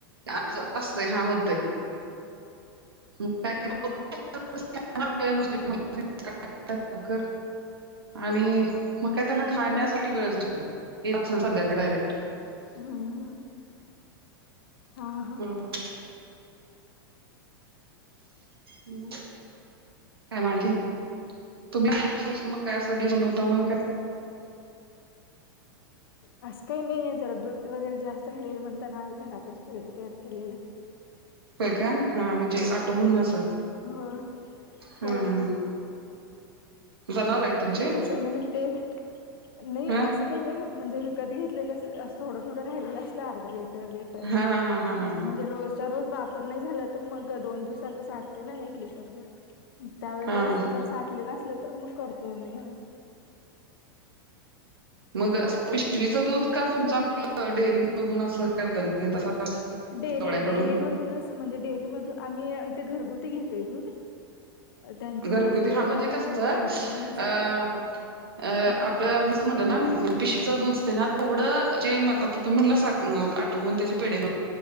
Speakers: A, on the right; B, on the left.
A: हा अस असतय हा होतय मग काय
B: होय.
A: <unintelligible> आणि मग काय? त्यांना खाण्यासाठी
B: तुम
A: वेळच असते संध्याकाळी डायरेक्ट.
B: हम्म. हम्म हा हा
A: <unintelligible> काय मग आणखीन? तुम्ही काय विशेष मग काय असं डिश बनवता
B: आणि
A: मग? <unintelligible>
B: असं काही नाही आहे जरा दूध वगैरे जास्त राहिलेलं म्हणताना आज घरातच पेढ तयार केलेलं.
A: होय का हा म्हणजे आठवून असं
B: हो
A: हा
B: होय
A: हा
B: होय.
A: हा जनावर आहेत तुमचे
B: तस म्हणजे ते नाही
A: हा
B: असं ते नाही म्हणजे विकत घेतलेलं असं थोडं थोडं राहिलेलं असलं अर्ध लेट तर लिटर
A: हा हा हा हा हा
B: मग म्हणजे रोज च रोज वापर नाही झाला, तर मग दोन दिवसाचा साठतंय ना एक लिटरभर. मग त्यावेेळेला
A: हा हा
B: असं जर साठलेलं असलं तर मग करतो आम्ही घरात.
A: मग पिशवीचं दूध का मग तुमचं आपलं डेअरीमधून असं. <unintelligible> घेतासा गवळ्याकडून.
B: डेअरी डेअरी मधूनच म्हणजे डेअरी मधून आम्ही इथे घरगुती घेतोय दूध. त्यांचे
A: घरगुती
B: म्हशी वगैरे
A: हा म्हणजे
B: आहेत
A: कसं
B: मग त्यांच्याकडूनच
A: अ
B: घे
A: अ
B: हम्म,
A: आपलं म्हणलं ना पिशीच दूध असते ना, तेवढं जे मग आता तुम्ही म्हणलासा आटवून त्याचे पेढे बन